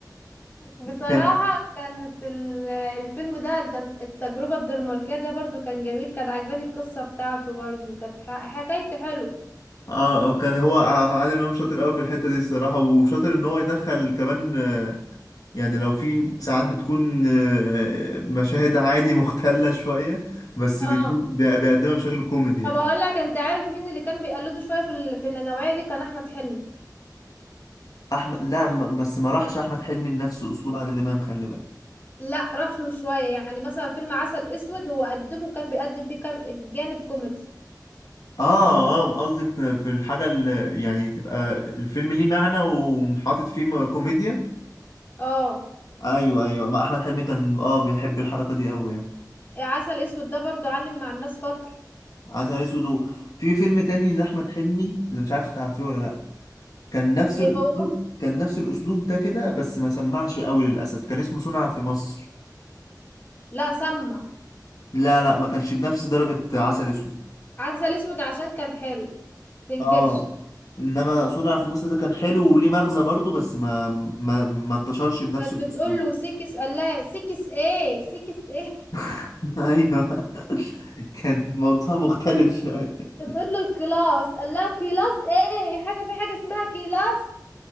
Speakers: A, on the left; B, on the left.
A: بصراحة
B: كان
A: كانت ال- الفيلم ده الد- التجربة الدنماركية ده برضو كان جميل كان عجباني القصة بتاعته برضو كانت ح- حكايته حلو
B: اه آه، كان هو ع- عادل امام شاطر قوي في الحته دي الصراحه وشاطر ان هو يدخل كمان آه، يعني لو في ساعات بتكون آه، مشاهد عادي مختله شويه بس
A: اه
B: بيكون بي- بيقدمها بشكل كوميدي
A: طب
B: يعني
A: اقول لك انت عارف مين اللي كان بيقلده شوية في ال- في النوعية دي كان احمد حلمي
B: احمد لا م- بس ما راحش احمد حلمي لنفس اسلوب عادل امام خلي بالك
A: لا راح له شوية يعني مثلا فيلم عسل اسود هو قدمه كان بيقدم فيه كام جانب كوميدي
B: اه اه قصدك في في الحاجه اللي يعني تبقى الفيلم ليه معنى وحاطط فيه م- كوميديا
A: اه
B: ايوه ايوه ما احمد حلمي كان اه بيحب الحركه دي قوي يعني
A: عسل اسود ده برضو علم مع الناس فترة
B: عسل اسود و- في فيلم تاني لاحمد حلمي اللي مش عارف تعرفيه ولا لا كان نفس
A: ايه
B: الاسلوب
A: هو
B: كان نفس الاسلوب ده كده بس ما سمعش قوي للاسف كان اسمه صنع في مصر
A: لا سمع
B: لا لا ما كانش بنفس درجة عسل اسود
A: عسل اسود عشان كان حلو تنكرش
B: اه انما صنع في مصر ده كان حلو وليه مغزى برضو بس ما ما, ما انتشرش بنفس
A: كانت
B: الاسلوب
A: بتقول له سيكس قال لها سيكس ايه سيكس ايه
B: <laughs> ايوه <laughs> كان الموضوع مختلف شويه
A: بتقول له الكلاس قال لها كلاس ايه حاجه في حاجه اسمها كلاس